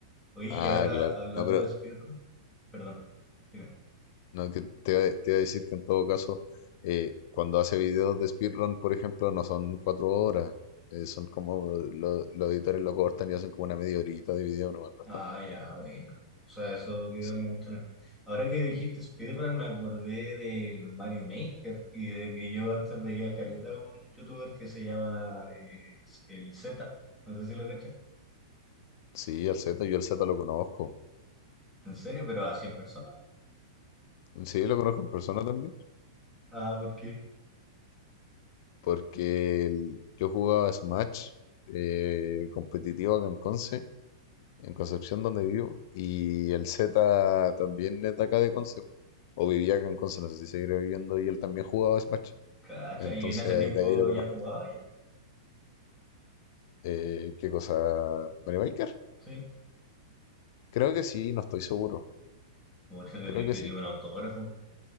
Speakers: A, in the centre; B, on the left (about 50°).
A: Oye,
B: Ah,
A: y ahora
B: claro.
A: hablando
B: No, pero
A: de speedrun, perdón. dime.
B: no, que te, te iba a decir que en todo caso, eh, cuando hace videos de speedrun, por ejemplo, no son cuatro horas. eh, son como lo- los editores lo cortan y hacen como una media horita de video, no, no
A: Ah,
B: es tanto.
A: ya, bueno. O sea, esos videos
B: Sí.
A: me gustan. a mí. Ahora que dijiste speedrun, me acordé del Mario Maker y de que yo antes veía caleta a un youtuber que se llama eh, el Z. No sé si lo caché.
B: Sí, al Z, yo al Z lo conozco.
A: ¿En serio? ¿Pero a 100 personas?
B: Sí, lo conozco en persona también.
A: Ah, ¿por qué?
B: porque el- yo jugaba Smash eh, competitivo acá en Conce, en Concepción donde vivo, y el Z también es de acá de Conce, o vivía acá en Conce, no sé si seguirá viviendo, y él también jugaba Smash,
A: Cacha,
B: entonces
A: y en ese tiempo
B: de ahí lo conozco.
A: ya jugaba ya.
B: Eh, ¿qué cosa? ¿Mario Maker?
A: Sí.
B: Creo que sí, no estoy seguro,
A: Mucho le
B: creo
A: habría
B: que
A: pedido
B: sí.
A: un autógrafo